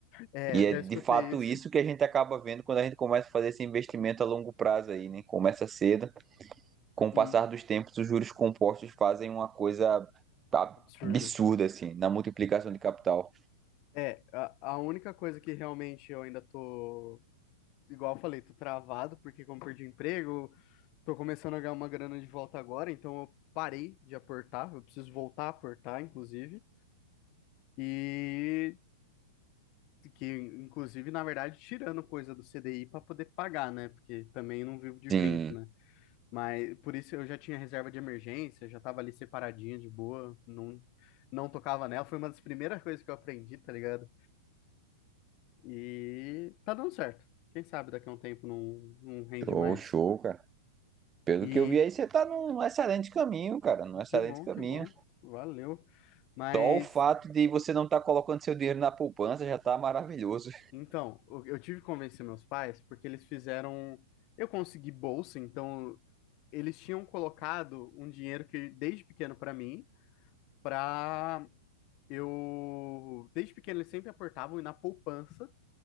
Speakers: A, on the left; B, on the right.
A: é,
B: E é
A: já
B: de
A: escutei
B: fato
A: isso
B: isso que a gente acaba vendo quando a gente começa a fazer esse investimento a longo prazo aí, né? Começa cedo, com o
A: e
B: passar dos tempos, os juros compostos fazem uma coisa absurda,
A: absurda.
B: assim, na multiplicação de capital.
A: É, a, a única coisa que realmente eu ainda tô, igual eu falei, tô travado, porque como perdi o emprego, tô começando a ganhar uma grana de volta agora, então eu parei de aportar, eu preciso voltar a aportar, inclusive. E que inclusive, na verdade, tirando coisa do C D I para poder pagar, né? Porque também não vivo de vento,
B: Sim,
A: né? Mas por isso eu já tinha reserva de emergência, já tava ali separadinha de boa, não não tocava nela, foi uma das primeiras coisas que eu aprendi, tá ligado? E tá dando certo. Quem sabe daqui a um tempo não, não rende
B: show,
A: mais.
B: show, cara. Pelo
A: E
B: que eu vi aí, você tá num num excelente caminho, cara, num excelente
A: que bom,
B: caminho.
A: que bom. Valeu. Mas
B: Só o fato de você não estar colocando seu dinheiro na poupança já tá maravilhoso.
A: então, eu eu tive que convencer meus pais porque eles fizeram eu consegui bolsa, então eles tinham colocado um dinheiro que desde pequeno para mim, para eu desde pequeno eles sempre aportavam na poupança